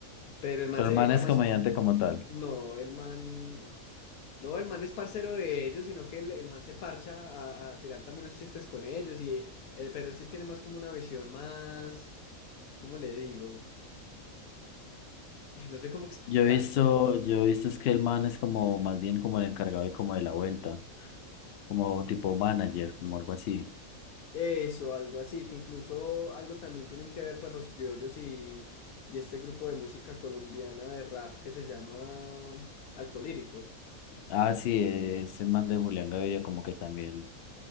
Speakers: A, on the left; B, on the left.
A: Pero el man
B: Pero
A: se
B: el
A: dedica
B: man es
A: más,
B: comediante como tal.
A: no, el man, no, el man es parcero de ellos, sino que el, el man se parcha a, a tirar también los chistes con ellos y eh, el pero sí tiene más como una visión más, ¿cómo le digo? <laughs> No sé cómo explicártelo.
B: Yo he visto, yo he visto es que el man es como, más bien como el encargado y como de la vuelta, como tipo manager, como algo así.
A: Eso, algo así, que incluso algo también tienen que ver Perros Criollos y, y este grupo de música colombiana de rap que se llama Alcolíricos.
B: Ah, sí, es el man de Julián Gaviria como que también